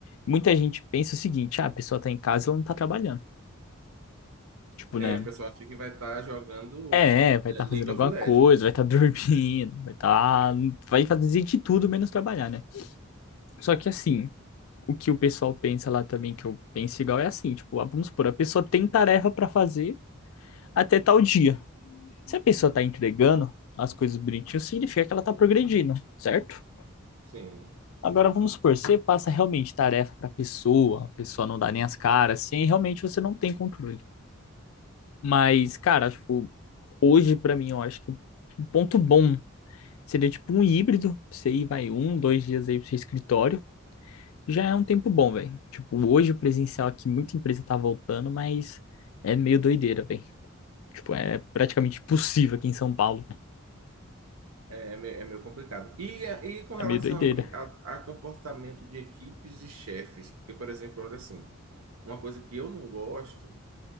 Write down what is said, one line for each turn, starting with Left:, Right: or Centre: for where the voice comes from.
Left: muita gente pensa o seguinte: ah, a pessoa tá em casa, ela não tá trabalhando. Tipo,
Right: É,
Left: né?
Right: o pessoal acha que vai estar jogando
Left: É, vai
Right: é,
Left: estar
Right: League
Left: fazendo
Right: of
Left: alguma
Right: Legends.
Left: coisa, vai estar <laughs> dormindo, vai estar. vai fazer de tudo menos trabalhar, né? Só que assim, o que o pessoal pensa lá também, que eu penso igual, é assim, tipo, ah, vamos supor, a pessoa tem tarefa pra fazer até tal dia. Se a pessoa tá entregando as coisas bonitinho, significa que ela tá progredindo, certo?
Right: Sim,
Left: Agora vamos supor, você passa realmente tarefa pra pessoa, a pessoa não dá nem as caras, assim, e realmente você não tem controle. Mas, cara, tipo, hoje pra mim eu acho que um ponto bom Seria tipo um híbrido, você ir, vai um, dois dias aí pro seu escritório. Já é um tempo bom, velho. Tipo, hoje o presencial aqui, muita empresa tá voltando, mas é meio doideira, velho. Tipo, é praticamente impossível aqui em São Paulo.
Right: é, é meio, é meio complicado. E, a- e com relação
Left: É meio doideira.
Right: a, bi- a- a comportamento de equipes e chefes, porque, por exemplo, olha assim, uma coisa que eu não gosto,